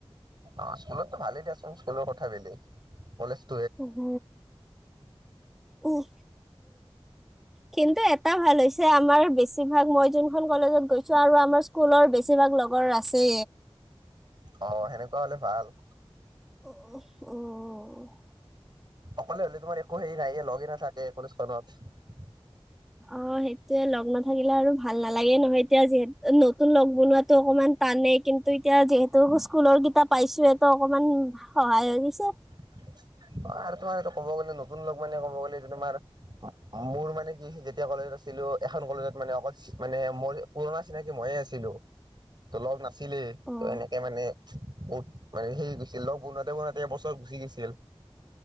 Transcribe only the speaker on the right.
অ' স্কুলতো ভালেই দিয়াচোন, স্কুলৰ কথা বেলেগ কলেজ।
অ' সেনেকুৱা হ'লে ভাল।
অকলে হ'লে তোমাৰ একো হেৰি নাইয়, লগেই নাথাকে কোনো কলেজ খনত।
<inaudible> আৰু তোমাৰ এইটো ক'ব গ'লে নতুন লগ মানে ক'ব গ'লে তোমাৰ মোৰ মানে কি যেতিয়া কলেজত আছিল। এখন কলেজত মানে অকল মানে মই পুৰণা চিনাকি মইয়ে আছিলো ত লগ নাছিল। নাছিলেই
ত এনেকে মানে। বহুত মানে হেৰি গৈছিল, লগ বনাতে বনাতে এবছৰ গুচি গৈছিল।